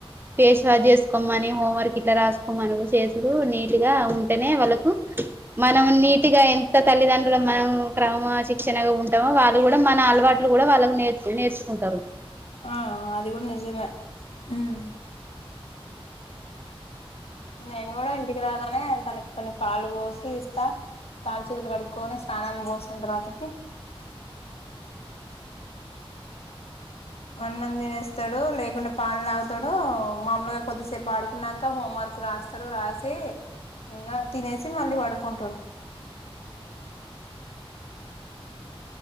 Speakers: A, on the right (about 20°); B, on the left (about 80°).
A: పేష్వా చేసుకోమని హోంవర్క్ ఇట్లా రాసుకోమను చేసుడు నీట్గా ఉంటేనే వాళ్ళకు మనం నీట్గా ఎంత తల్లిదండ్రులు మనం క్రమశిక్షణగా ఉంటామో వాళ్ళు కూడా మన అలవాట్లు కూడా వాళ్ళకు నేర్చు నేర్చుకుంటరు
B: ఆ అది కూడ నిజమే మ్మ్ నేను కూడా ఇంటికి రాగానే తనకు కొన్ని పాలు పోసి ఇస్త కాలుచేతులు కడుక్కొనిస్ తాణం పోసిన తర్వాతకి అన్నం తినేస్తడు లేకుంటె పాలు తాగుతడు ఊ మాములుగా కొద్దిసేపు ఆడుకున్నంక హోంవర్క్ రాస్తడు రాసి ఇంకా తినేసి మళ్ళీ పడుకుంటడు